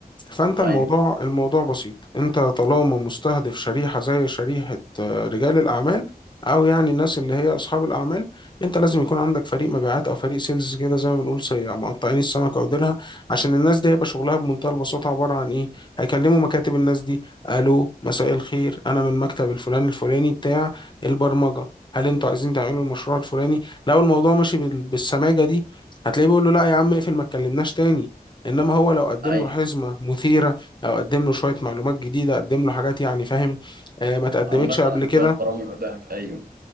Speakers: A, on the left; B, on the right.
A: فانت الموضوع
B: ايوه
A: الموضوع بسيط انت طالما مستهدف شريحه زي شريحه آه، رجال الاعمال او يعني الناس اللي هي اصحاب الاعمال انت لازم يكون عندك فريق مبيعات او فريق سيلز كده زي ما بنقول صيع مقطعين السمكه وديلها عشان الناس دي هيبقى شغلها بمنتهى البساطه عباره عن ايه هيكلموا مكاتب الناس دي الو مساء الخير انا من مكتب الفلان الفلاني بتاع البرمجه هل انتوا عايزين تعملوا المشروع الفلاني لو الموضوع ماشي بال- بالسماجه دي هتلاقيه بيقول له لا يا عم اقفل ما تكلمناش تاني انما هو لو قدم
B: أيوه.
A: له حزمه مثيره او قدم له شويه معلومات جديده قدم له حاجات يعني فاهم آه، ما تقدمتش
B: او مثلا
A: قبل كده
B: شويه برامج قدام ايوه